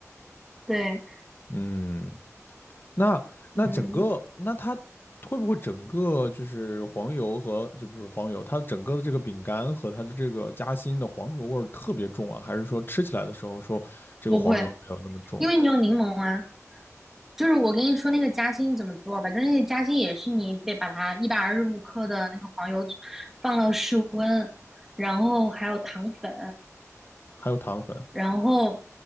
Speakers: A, in the centre; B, on the left.
A: 对，
B: 嗯，那那整个那它会不会整个就是黄油和就不是黄油，
A: 嗯，
B: 它整个的这个饼干和它的这个夹心的黄油味儿特别重啊？还是说吃起来的时候说这个黄油没有那么重？
A: 不会，因为你有柠檬啊。就是我跟你说那个夹心怎么做吧，就是那个夹心也是你得把它一百二十五克的那个黄油放到室温，然后还有糖粉，
B: 还有糖粉
A: 然后